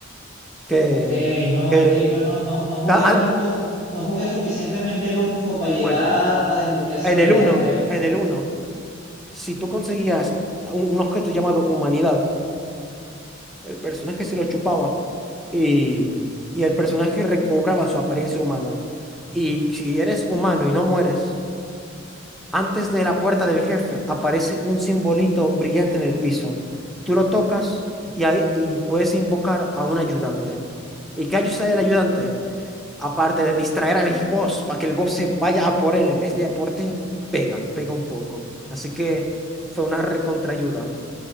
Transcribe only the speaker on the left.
Ok, no,
es que yo no, no, no jugué
tanto, no jugué suficientemente el uno como para
llegar a, a desbloquear esa
habilidad,
creo.